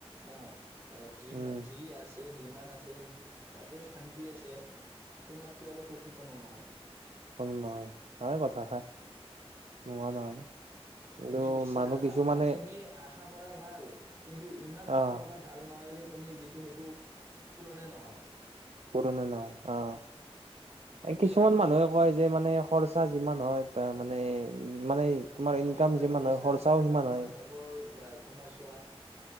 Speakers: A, on the right; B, on the right.
A: আহ জি
B: উম
A: ম জি আ যিমান আছে তাতে শান্তি আছে তোমাতকে আৰু সুখী কোনো নহয়
B: ো নহয় হয় কথাষাৰ নোৱা নহয় কিন্তু
A: তুমি বেছি
B: মানুহ
A: আশা
B: কিছুমানে
A: তুমি আশা আশা কৰা ভাল কিন্তু ইমান
B: আহ
A: আশা কৰা ভাল নহয় যে মি যিটো সেইটো পুৰণে নহয়
B: পুৰণা নহয় অ
A: বুজিছা
B: কিছুমান
A: ন
B: মানুহে কয় যে মানে খৰচা যিমান হয় বা মানে মানে তোমাৰ ইনকাম
A: অ হয়
B: যিমান
A: খৰ্চা
B: খৰচাও
A: হয় এটা
B: সিমান
A: সময়ত
B: হয়
A: হ'ব বা তোমাৰ চোৱা ফ